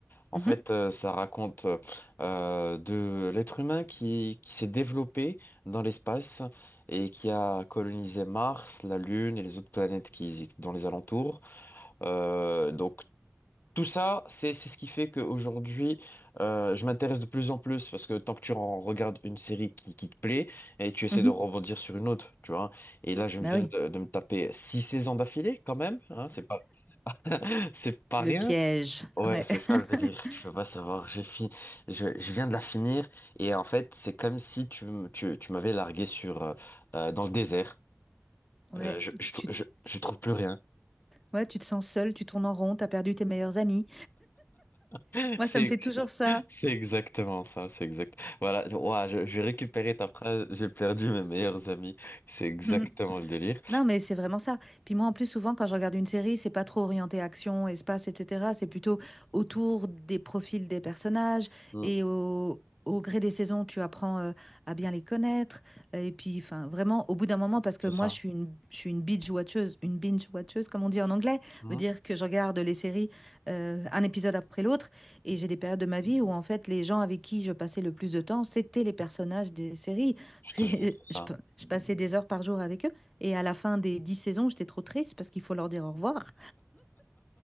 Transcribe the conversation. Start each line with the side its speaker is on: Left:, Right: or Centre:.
Left: En
Centre: Mhm.
Left: fait, euh, ça raconte euh, euh, de l'être humain qui, qui s'est développé dans l'espace et qui a colonisé Mars, la Lune et les autres planètes qui dans les alentours. Euh, donc tout ça, c'est c'est ce qui fait qu'aujourd'hui, euh, je m'intéresse de plus en plus parce que tant que tu en regardes une série qui, qui te plaît et tu essaies
Centre: Mhm.
Left: de rebondir sur une autre, tu vois. Et là, je me
Centre: Bah
Left: viens
Centre: oui.
Left: de, de me taper six saisons d'affilée quand même, hein, c'est pas <laughs> c'est pas
Centre: Le
Left: rien.
Centre: piège.
Left: Ouais,
Centre: Ouais.
Left: c'est ça
Centre: <laughs>
Left: le délire, tu peux pas savoir. J'ai fini, je, je viens de la finir et en fait, c'est comme si tu, m- tu, tu m'avais largué sur euh, euh, dans le désert.
Centre: Ouais,
Left: Euh, je, je,
Centre: tu,
Left: trou-
Centre: tu-
Left: je,
Centre: tu-
Left: je trouve
Centre: tu-
Left: plus rien.
Centre: ouais, tu te sens seul, tu tournes en rond, t'as perdu tes meilleurs amis.
Left: <laughs>
Centre: Moi,
Left: C'est
Centre: ça me fait toujours ça.
Left: c'est exactement ça, c'est exact. Voilà, ouah, je, je vais récupérer ta phrase, j'ai perdu mes meilleurs amis. C'est exactement
Centre: Mm.
Left: le délire.
Centre: Non, mais c'est vraiment ça. Puis moi, en plus, souvent, quand je regarde une série, c'est pas trop orienté action, espace, etc. C'est plutôt autour des profils des personnages
Left: Mm,
Centre: et au, au gré des saisons, tu apprends euh, à bien les connaître. Euh, Et puis, enfin, vraiment, au bout d'un moment, parce que
Left: c'est
Centre: moi,
Left: ça.
Centre: je suis une, je suis une binge-watcheuse, une binge-watcheuse, comme on dit en anglais,
Left: Mm,
Centre: veut dire que je regarde les séries euh, un épisode après l'autre. Et j'ai des périodes de ma vie où, en fait, les gens avec qui je passais le plus de temps, c'était les personnages des séries.
Left: Je
Centre: Parce
Left: te jure,
Centre: que
Left: c'est
Centre: <laughs>
Left: ça.
Centre: je je passais des heures par jour avec eux. Et à la fin des dix saisons, j'étais trop triste parce qu'il faut leur dire au revoir.